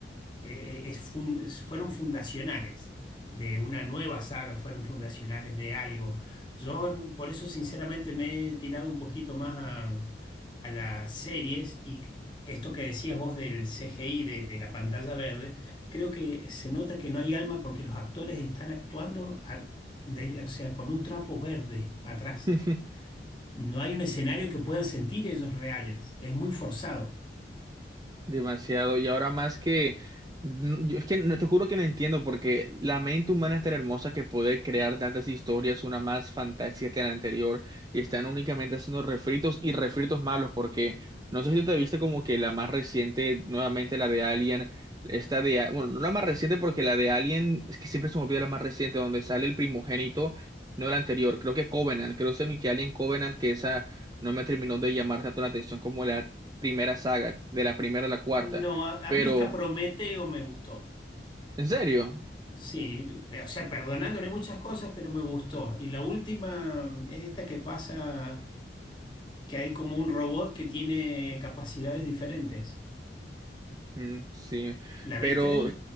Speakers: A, on the left; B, on the right.
A: eh, es fun- es- fueron fundacionales de una nueva saga, fueron fundacionales de algo. Yo n- por eso sinceramente me he tirado un poquito más a, a las series y esto que decías vos del CGI, de, de la pantalla verde, creo que se nota que no hay alma porque los actores están actuando a- de- o sea, con un trapo verde atrás.
B: <laughs>
A: No hay un escenario que puedan sentir ellos reales. Es muy forzado.
B: Demasiado. Y ahora más que, n- yo es que no te juro que no entiendo porque la mente humana es tan hermosa que puede crear tantas historias, una más fantástica que la anterior, y están únicamente haciendo refritos y refritos malos porque no sé si te viste como que la más reciente, nuevamente la de Alien, esta de, A- bueno, no la más reciente porque la de Alien, es que siempre se me olvida la más reciente, donde sale el primogénito, no la anterior, creo que Covenant, creo semi que Alien Covenant, que esa no me terminó de llamar tanto la atención como la primera saga, de la primera a la cuarta,
A: No, a,
B: pero,
A: a mí hasta Prometeo me gustó.
B: ¿en serio?
A: Sí, pe- o sea, perdonándole muchas cosas, pero me gustó. Y la última mm, es esta que pasa, que hay como un robot que tiene capacidades diferentes.
B: Mm, sí,
A: ¿La viste?
B: pero,